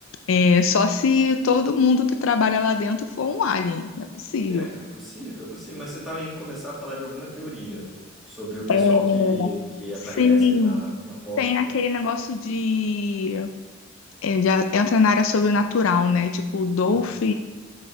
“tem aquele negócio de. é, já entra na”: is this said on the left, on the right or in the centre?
Left